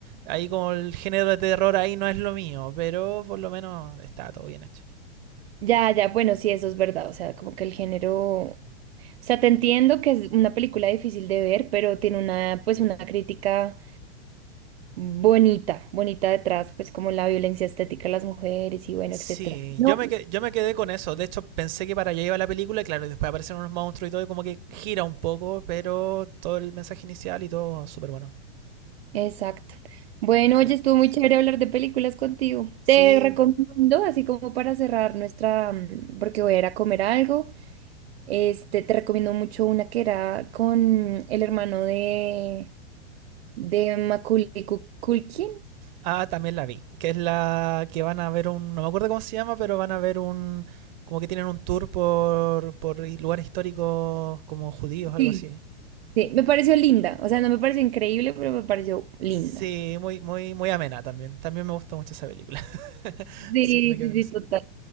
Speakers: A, on the right; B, on the right.
A: ahí como el género de terror ahí no es lo mío, pero por lo menos está todo bien hecho.
B: Ya, ya, bueno, sí, eso es verdad, o sea, como que el género... O sea, te entiendo que es una película difícil de ver, pero tiene una, pues, una crítica bonita, bonita detrás, pues como la violencia estética de las mujeres y bueno,
A: Sí,
B: etcétera. No.
A: yo me, que- yo me quedé con eso. De hecho, pensé que para allá iba la película, y claro, y después aparecen unos monstruos y todo, y como que gira un poco, pero todo el mensaje inicial y todo súper bueno.
B: Exacto. Bueno,
A: Sí.
B: oye, estuvo muy chévere hablar de películas contigo.
A: Sí,
B: Te recomiendo, así como para cerrar nuestra, mm, porque voy a ir a comer algo, este, te recomiendo mucho una que era con el hermano de, de Macaulay Cu- Culkin.
A: ah, también la vi, que es la que van a ver un, no me acuerdo cómo se llama, pero van a ver un, como que tienen un tour por, por lugares históricos como judíos, algo
B: Sí,
A: así.
B: Sí, me pareció linda. O sea, no me pareció increíble, pero me pareció linda.
A: Sí, muy, muy, muy amena también. También me gusta mucho esa película, <laughs>
B: Sí,
A: así que me quedo
B: sí,
A: con
B: sí,
A: eso.
B: total.